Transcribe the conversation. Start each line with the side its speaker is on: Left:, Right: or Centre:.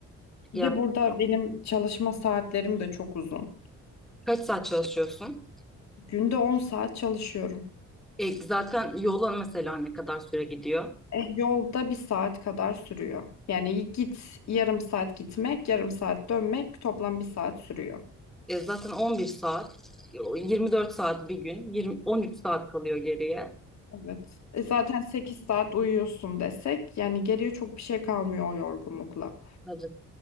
Left: Bir
Centre: Yani
Left: de burada benim çalışma saatlerim de çok uzun.
Centre: kaç saat çalışıyorsun?
Left: Günde 10 saat çalışıyorum.
Centre: E, zaten yola mesela ne kadar süre gidiyor?
Left: E, Yolda bir saat kadar sürüyor. Yani git yarım saat gitmek, yarım saat dönmek toplam bir saat sürüyor.
Centre: E, zaten 11 saat, e, 24 saat bir gün, 20, 13 saat kalıyor geriye.
Left: Evet. E, zaten 8 saat uyuyorsun desek yani geriye çok bir şey kalmıyor o yorgunlukla.
Centre: Hadi.